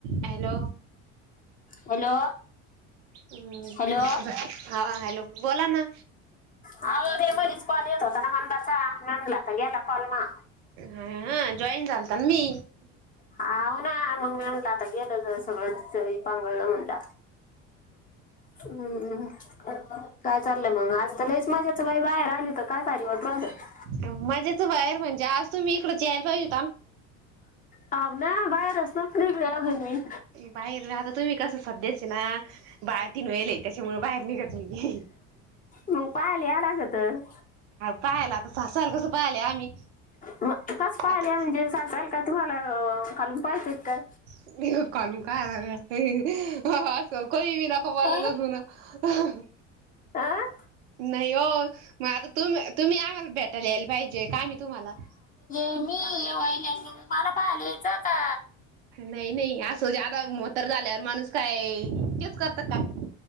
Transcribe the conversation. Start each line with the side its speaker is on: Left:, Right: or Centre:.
Right: Hello
Left: hello.
Right: हम्
Left: hello
Right: ह ह लोक बोला ना
Left: ह ते मधच कॉल येत होता ना म्हणतासा नला तर गेला कॉल म
Right: हा जॉईन चालत मी
Left: हाव ना मग म्हणलं आता गेलं ज सगळं पांगलं म्हणलं. हम् काय चाललंय मग आजलच माझ्याच बाई बाहेर. काय परिव प्रॉबलेम.
Right: माझ्याचं बाहेर म्हणे आज तुम्ही इकडं यला पाहिज.
Left: म बाहेर रसून फ्रीकलेजून मही.
Right: बाहेर राहता तुम्ही कसं स्याचे ना. बाळंतीण व्हएल ये, याच्यामुळे बाहेर निघत नई
Left: मग पाहिले याया लागतं
Right: पाहायला आता सासाल कसं पाहायला आम्ही
Left: मग कसं पाहायला
Right: आता
Left: याल म्हणजे म्हणजे <unintelligible> का तुम्हाला ह.. काल <unintelligible> काय
Right: <unintelligible> असं काई बी नका बोलं
Left: अ
Right: जाऊ जुनं.. अहं
Left: अं
Right: न नाई ओ, मग आता तुम्... तुम्ही आम्हाला भेटायला यायला पाहिजे, का आमी तुम्हाला?
Left: तुम्ही <unintelligible> मला पाहायला यायचं आता
Right: नई नई सो ज्यादा मोहातार झाल्यावर माणूस काय इतकंच करतंय काय?